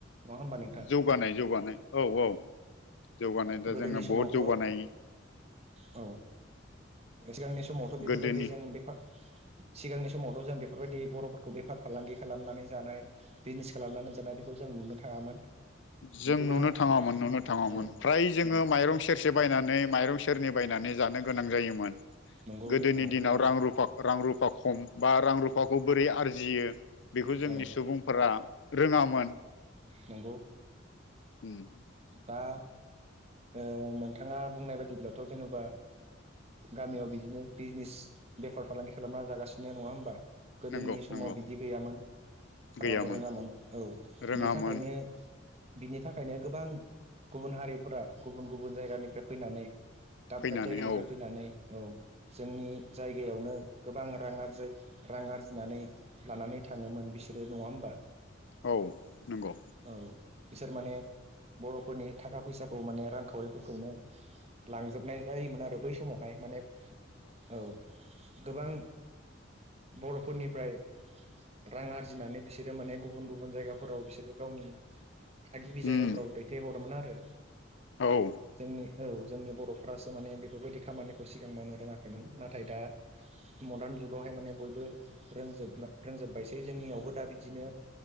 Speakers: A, on the right; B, on the left.
A: नङा होमबा नोंथां
B: जौगानाय जौगानाय औ औ। जौगानाय दा
A: गोदोनि
B: जोङो
A: समावथ'
B: बहुत जौगानाय
A: औ सिगांनि समावथ' बेफोरबायदि
B: गोदोनि
A: जों बे
B: <inaudible>
A: सिगांनि समावथ' जों बेफोरबायदि बर'फोरखौ बेफार फालांगि खालामनानै जानाय बिजनेस खालामनानै जानाय बेखौ जों नुनो थाङामोन
B: जों
A: गोबां
B: नुनो थाङामोन नुनो थाङामोन
A: औ
B: फ्राय जोङो माइरं सेरसे बायनानै नै माइरं सेरनि बायनानै जानो गोनां जायोमोन
A: नंगौ
B: गोदोनि
A: औ
B: दिनाव रां रुफा रां रुफा खम बा रां रुफाखौ बोरै आरजियो बेखौ जोंनि
A: औ
B: सुबुंफोरा रोङामोन
A: नंगौ।
B: उम।
A: दा ओ नोंथाङा बुंनाय बाददिब्लाथ' जेन'बा गामियाव बिदिनो बिजनेस बेफार फालांगि खालामना जागासिनो नङा होमबा गोदोनि
B: नंगौ
A: समाव
B: नंगौ
A: बिदि गैयामोन
B: गैयामोन
A: रावबो रोङामोन औ
B: रोङामोन
A: बिनि थाखायनो बिनि थाखायनो गोबां गुबुन हारिफोरा गुबुन गुबुन जायगानिफ्राय फैनानै दाब
B: फैनानै
A: दाब जायगानिफ्राय
B: औ
A: फैनानै औ जोंनि जायगायावनो गोबां रां आरजाय रां आरजिनानै लानानै थां थाङोमोन बिसोरो नङा होमबा?
B: औ नोंग'
A: औ बिसोर माने बर'फोरनि थाखा फैसाखौ माने रांखावरिफोरखौनो लांजोबनाय जायोमोन आरो बै समावहाय माने औ गोबां बर'फोरनिफ्राय रां आरजिनानै बिसोरो माने गुबुन गुबुन जायगाफोराव बिसोरो गावनि थागिबि जायगाफ्राव
B: उम
A: दैथायहरोमोन आरो।
B: औ।
A: जोंनि औ जोंनि बर'फ्रासो माने बेफोरबायदि खामानिखौ सिगां मावनो रोङाखैमोन नाथाय दा मदार्न जुगावहाय माने बयबो रोंजोब रोंजोबबायसै जोंनियावबो दा बिदिनो